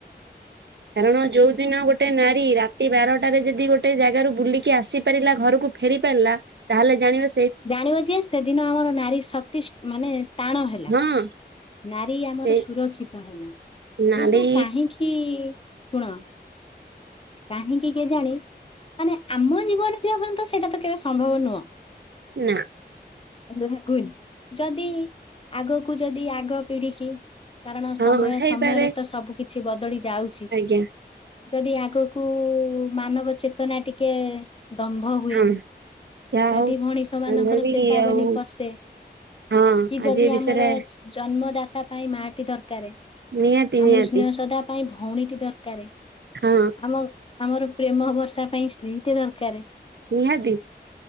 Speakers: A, on the right; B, on the left.
A: କାରଣ ଯୋଉଦିନ ଗୋଟେ ନାରୀ ରାତି ରାତି ବାରଟାରେ ଯଦି ଗୋଟେ ଜାଗାରୁ ବୁଲିକି ଆସି ପାରିଲା ଘରକୁ ଫେରି ପାରିଲା ତାହେଲେ ଜାଣିବେ
B: ଜାଣିବ ଯେ ସେଦିନ ଆମର ନାରୀ ଶକ୍ତିଷ୍ଟମାନେ ଟାଣ ହେଲା।
A: ହଁ
B: ନାରୀ ଆମର
A: ସେ
B: ସୁରକ୍ଷିତ ହେଲା
A: ନାରୀ
B: କିନ୍ତୁ କାହିଁକି ଶୁଣ କାହିଁକି କିଏ ଜାଣି ମାନେ ଆମ ଜୀବନ କିପର୍ଯ୍ୟନ୍ତ ସେଇଟା ତ କେବେ ସମ୍ଭବ ନୁହଁ।
A: ନା।
B: ଲାଗୁନି ଯଦି ଆଗକୁ ଯଦି ଆଗ ପିଢିକି କାରଣ
A: ହଁ
B: ସମୟ
A: ହେଇପାରେ
B: ସମୟରେ ତ ସବୁ କିିଛି ବଦଳି ଯାଉଛି।
A: ଆଜ୍ଞା
B: ଯଦି ଆଗକୁ ମାନବ ଚେତନା ଟିକେ ଦମ୍ଭ ହୁଏ
A: ହଁ ଯାହା
B: ଯଦି
A: ହଉ
B: ଭଣୀଷମାନଙ୍କର
A: ବାନ୍ଧବୀ
B: ଚେତାବନୀ
A: ଆଉ
B: ପଶେ
A: ହଁ
B: କି ଯଦି
A: ଆଜି ଏ
B: ଆମର
A: ବିଷୟରେ
B: ଜନ୍ମଦାତା ପାଇଁ ମାଟି ଦରକାର
A: ନିହାତି ନିହାତି
B: ଆମକୁ ସ୍ନେହ ଶଦା ପାଇଁ ଭଲ ଭଉଣୀଟି ଦରକାର
A: ହଁ
B: ଆମ ଆମର ପ୍ରେମ ବର୍ଷା ପାଇଁ ସ୍ତ୍ରୀ ଟେ ଦରକାର।
A: ନିହାତି।